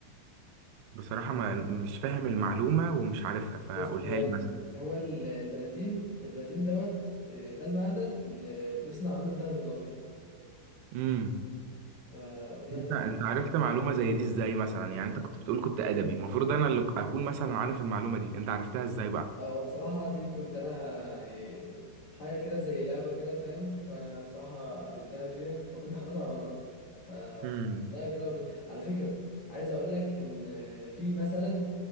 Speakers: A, on the right; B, on the left.
A: بصراحة ما مش فاهم المعلومة ومش عارفها فقولها
B: بص هو ال...
A: لي مثلا
B: هو ال- البلاتين البلاتين دوت آه، ده المعدن اللي بيصنع منه الدهب الابيض
A: امم
B: فدي
A: انت
B: هتفيدك
A: انت عرفت
B: برضه يعني.
A: معلومة زي دي ازاي مثلا يعني انت كنت بتقول كنت ادبي المفروض انا اللي اكون مثلا عارف المعلومة دي انت عرفتها ازاي بقى
B: لا هو بصراحه دي كنت انا يعني حاجه كده زي لعبه كده فاهم فبصراحه قابلتها فيها فكنت حالتها غلط فشفتها
A: امم
B: كده وكده على فكره عايز اقول لك ان في مثلا